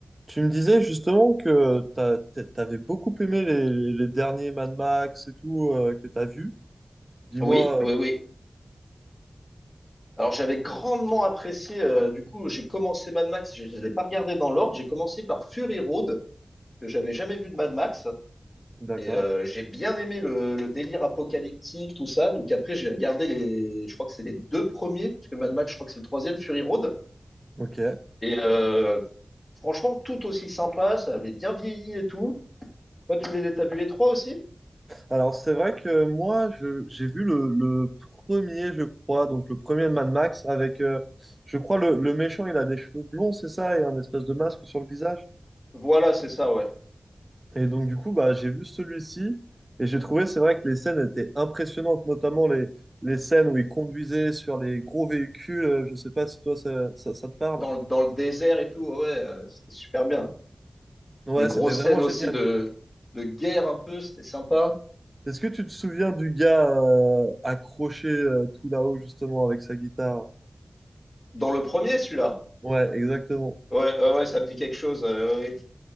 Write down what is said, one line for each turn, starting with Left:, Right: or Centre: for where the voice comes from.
Right: Tu me disais justement que t'as- t'a- t'avais beaucoup aimé les, les- les derniers Mad Max et tout euh, que t'as vu. Dis-moi.
Left: Oui, oui,
Right: euh,
Left: oui. Alors j'avais grandement apprécié, euh, du coup j'ai commencé Mad Max, je ne les ai pas regardés dans l'ordre, j'ai commencé par Fury Road, que j'avais jamais vu de Mad Max,
Right: D'accord.
Left: et euh, j'ai bien aimé le, le délire apocalyptique, tout ça, donc après j'ai regardé les, je crois que c'est les deux premiers, parce que Mad Max je crois que c'est le troisième, Fury Road,
Right: Ok.
Left: et euh, franchement tout aussi sympa, ça avait bien vieilli et tout. Toi tu les t'as vu les trois aussi?
Right: Alors c'est vrai que moi je- j'ai vu le, le premier, je crois, donc le premier Mad Max avec, euh, je crois le, le méchant, il a des cheveux blonds, c'est ça, et un espèce de masque sur le visage.
Left: Voilà, c'est ça, ouais.
Right: Et donc du coup bah j'ai vu celui-ci et j'ai trouvé c'est vrai que les scènes étaient impressionnantes, notamment les les scènes où il conduisait sur les gros véhicules. Euh, Je sais pas si toi ça ça ça te parle.
Left: Dans, le- dans le désert et tout, ouais, euh, c'était super bien.
Right: Ouais,
Left: les grosses
Right: c'était vraiment
Left: scènes
Right: génial.
Left: aussi de, de guerre un peu, c'était sympa.
Right: Est-ce que tu te souviens du gars euh, accroché euh, tout là-haut justement avec sa guitare?
Left: Dans le premier, celui-là.
Right: Ouais, exactement.
Left: Ouais, ouais, ouais, ça me dit quelque chose. euh, ouais, ouais.